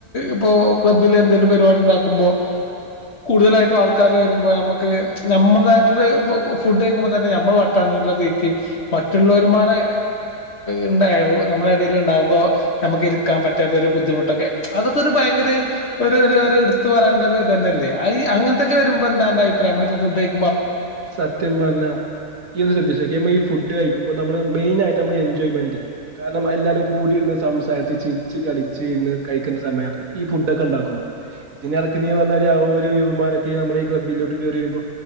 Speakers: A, on the left; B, on the right.
A: ഇപ്പൊ ക്ലബ്ബില് എന്തെങ്കിലും പരിപാടി ഉണ്ടാക്കുമ്പോ കൂടുതലായിട്ടും ആൾക്കാര് വരുമ്പോ നമ്മുക്ക് നമ്മുടെതായിട്ട് ഒര് ഫുഡ് കൾക്കുമ്പോ തന്നെ നമ്മ തമ്മിലുള്ള തീറ്റ മറ്റുള്ളവരും പാട് ഉണ്ടായ നമ്മള ഇടൽ ഉണ്ടാകുമ്പോ നമുക്ക് ഇരിക്കാൻ പറ്റാത്ത ഒരു ബുദ്ധിമുട്ടൊക്കെ അതൊക്കെ ഒരു ഭയങ്കര ഒരു ഒരു ഒര്എടുത്ത് പറേണ്ട ഒരു ഇ തന്നെല്ലേ അങ്ങനത്തൊക്കെ വരുമ്പോ എന്താന്റെ അഭിപ്രായ നമ്മ ഫുഡ് കയി
B: സത്യം പറഞ്ഞാ യ്യ് ഒന്ന്ശ്രദ്ധിച്ചോക്യാ ഈ ഫുഡ് കഴിക്കുമ്പോ നമ്മള് മെയി ആയിട്ട് നമ്മള് എൻജോയ്മെന്റ് കാരണം എല്ലാരും കൂടിയിരുന്ന് സംസാരിച്ച് ചിരിച്ച് കളിച്ച് ഇന്ന് കഴിക്കണ്ട സമയാണ് ഈ ഫുടോക്കെ ണ്ടാക്കുമ്പോ ഇതിനിടക്ക പറഞ്ഞ ഒരു ഒരു യുവമാരൊക്കെ നമ്മ ഈ ക്ലബ്ബിലേക്ക് കയറി വരുമ്പോ